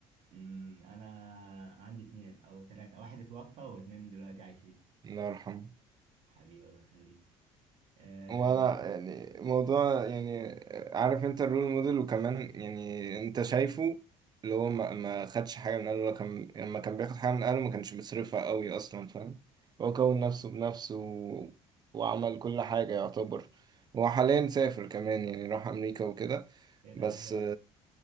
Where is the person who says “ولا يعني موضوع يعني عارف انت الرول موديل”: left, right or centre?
Right